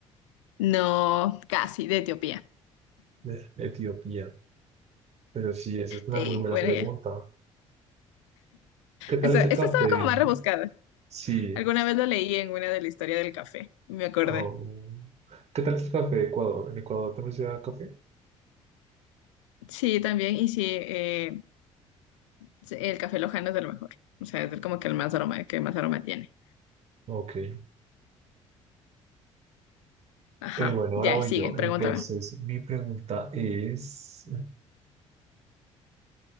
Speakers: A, on the left; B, on the right.
A: No, casi, de Etiopía.
B: De Etiopía. Pero sí, esa es una
A: Sí,
B: muy buena
A: bueno,
B: pregunta.
A: ya.
B: ¿Qué tal
A: Esta,
B: es el
A: esta
B: café?
A: estaba como más rebuscada.
B: Sí.
A: Alguna vez lo leí en una de la historia del café, me acordé.
B: Oh. ¿Qué tal es el café de Ecuador? ¿En Ecuador también se da café?
A: Sí, también, y sí, eh, sí, el café lojano es de lo mejor. O sea, es el- como que el más aroma, que más aroma tiene.
B: Ok.
A: Ajá,
B: Eh, bueno,
A: ya,
B: ahora voy
A: sigue,
B: yo.
A: pregúntame.
B: Entonces, mi pregunta es,